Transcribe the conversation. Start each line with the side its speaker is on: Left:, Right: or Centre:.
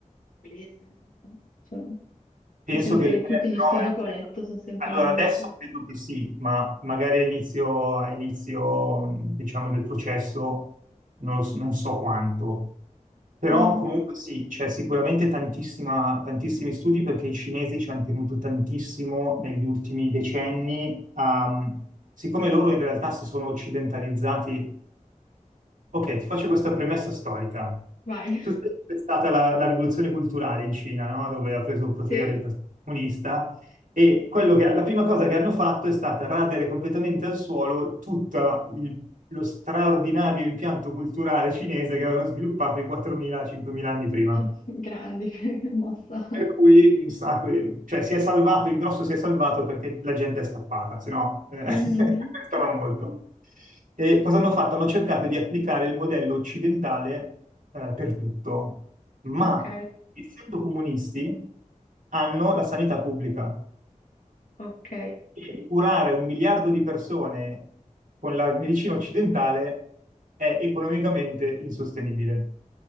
Left: inglese, no? Cioè,
Right: Penso
Left: ho sempre,
Right: che le- eh,
Left: tutti
Right: però,
Left: gli studi
Right: eh,
Left: che ho letto sono sempre
Right: allora
Left: in inglese.
Right: adesso credo che sì, ma magari a inizio, a inizio, mh, diciamo, del processo non, lo so non so quanto. Però
Left: Mm,
Right: comunque sì, c'è sicuramente tantissima, tantissimi studi perché i cinesi ci hanno tenuto tantissimo negli ultimi decenni. a- siccome loro in realtà si sono occidentalizzati Ok, ti faccio questa premessa storica.
Left: Vai.
Right: Tu
Left: <laughs>
Right: sai che c'è stata la, la rivoluzione culturale in Cina, no? Dove ha preso il potere
Left: Sì?
Right: il Partito Comunista e quello che, la prima cosa che hanno fatto è stata radere completamente al suolo tutto il- lo straordinario impianto culturale cinese che avevano sviluppato i 4.000-5.000 anni prima.
Left: Eh, grandi, <laughs> che mossa.
Right: Per cui un sacco di- cioè, si è salvato, il grosso si è salvato perché la gente è scappata, se no eh,
Left: Mhm.
Right: <laughs> stava molto. E cosa hanno fatto? Hanno cercato di applicare il modello occidentale eh, per tutto, ma
Left: Ok,
Right: essendo comunisti hanno la sanità pubblica
Left: ok.
Right: e curare un miliardo di persone con la medicina occidentale è economicamente insostenibile.